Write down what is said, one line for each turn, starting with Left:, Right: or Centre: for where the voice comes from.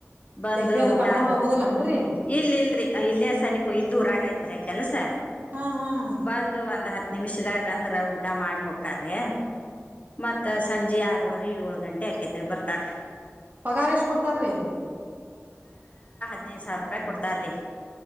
Left: ಬಂದು
Right: ಡೆಬ್ಬಿ
Left: ಊಟ
Right: ಕಟ್ಕೊಂಡ್
Left: ಅದು
Right: ಹೋಗುದಿಲ್ಲನ್ರರಿ
Left: ಇಲ್ಲಿ ಇಲ್ರಿ ಇಲ್ಲೇ ಸನಿಪು ಇದಊರಾಗ ಯತ್ರಿ ಕೆಲಸ
Right: ಹಾ ಹಾ
Left: ಬಂದು ಒಂದು್ ಹತ್ತು ನಿಮಿಷದಾಗ ಅಂದ್ರೆ ಊಟ ಮಾಡಿ ಹೋಗಕ್ ಕರೀ ಮತ್ತ ಸಂಜೆ ಆರು ಅವರಿ ಏಳು ಗಂಟೆ ಅಕೆತರಿ ಬರ್ತಾರೆ
Right: ಪಗಾರ ಎಷ್ಟ ಕೊಡ್ತಾರ್ರಿ
Left: ಹದೈದು ಸಾವಿರ ರೂಪಾಯಿ ಕೊಡ್ತರೀ